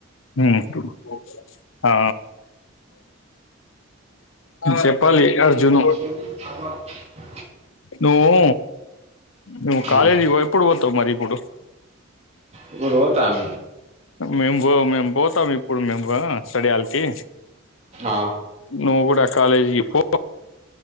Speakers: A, on the left (about 70°); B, on the right (about 30°).
A: మడ్డగుడు ఆ చెప్పాలి అర్జును
B: తీసేసి చానాలు ఆయా
A: నువ్వు నువ్
B: ఆ,
A: కాలేజీకి ఇ ఇప్పుడు పో తావు మరి ఇప్పుడు
B: ఇప్పుడు పోతాం
A: మేము పో మేము పోతాము ఇప్పుడు మేము రా స్టడీ హాల్ కి
B: ఆ,
A: నువ్వు కూడా కాలేజీకి పో